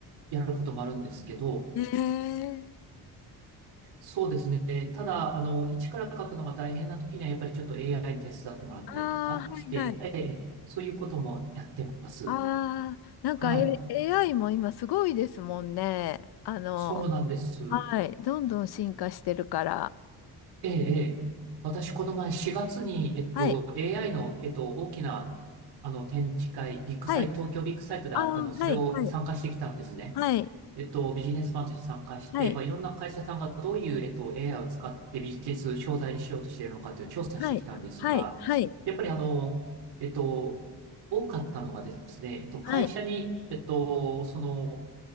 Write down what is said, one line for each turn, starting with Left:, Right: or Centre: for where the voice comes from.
Right: やることもあるんですけど、
Left: えー、
Right: そうですね。ただ、あの、一から書くのが大変な時には、やっぱりちょっと AI に手伝ってもらったりとかして、
Left: ああ、はい。はい。
Right: ええ、そういうこともやってます。
Left: ああ、なんか、
Right: はい。
Left: A、AI も今すごいですもんね。あの、
Right: そうなんです。
Left: はい、どんどん進化してるから。
Right: ええ、ええ。私、この前4月に、えっと、
Left: はい、
Right: AI の、えっと、大きな、あの、展示会、ビッグサイト、
Left: はい、
Right: 東京ビッグサイトであったの、
Left: ああ、
Right: それを参加してきたんですね。
Left: はい、はい、はい、
Right: えっと、ビジネスファンとして参加して、
Left: はい、
Right: まあ、いろんな会社さんがどういう、えっと、AI を使ってビジネス商材にしようとしているのかという調査してきたんですが、
Left: はい、はい、はい、
Right: やっぱりあの、えっと、多かったのがですね、えっと、
Left: はい、
Right: 会社に、えっと、その、